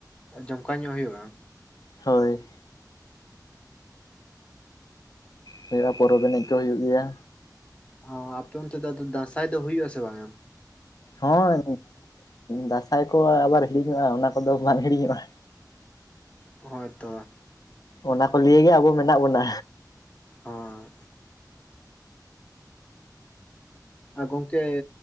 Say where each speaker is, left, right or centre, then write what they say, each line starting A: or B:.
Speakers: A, on the left; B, on the left.
A: ᱡᱚᱢᱠᱟᱣ ᱧᱚᱜ ᱦᱩᱭᱩᱜᱼᱟ
B: ᱦᱳᱭ ᱦᱩᱭᱩᱜᱼᱟ ᱯᱚᱨᱚᱵᱽ ᱮᱱᱮᱡ ᱠᱚ ᱦᱩᱭᱩᱜ ᱜᱮᱭᱟ
A: ᱚ ᱟᱯᱮ ᱚᱱᱛᱮ ᱫᱚ ᱫᱟᱸᱥᱟᱭ ᱫᱚ ᱦᱩᱭᱩᱜ ᱟᱥᱮ ᱵᱟᱝᱼᱟ
B: ᱦᱳᱭ ᱫᱟᱸᱥᱟᱭ ᱠᱚ ᱟᱵᱟᱨ ᱦᱤᱲᱤᱧᱚᱜᱼᱟ ᱚᱱᱟ ᱠᱚᱫᱚ ᱵᱟᱝ ᱦᱤᱲᱤᱧᱚᱜᱼᱟ
A: ᱦᱳᱭ ᱛᱚ
B: ᱚᱱᱟ ᱠᱚ ᱞᱤᱭᱮ ᱜᱮ ᱟᱵᱚ ᱢᱮᱱᱟᱜ ᱵᱚᱱᱟ
A: ᱦᱚᱸ ᱟᱨ ᱜᱚᱝᱠᱮ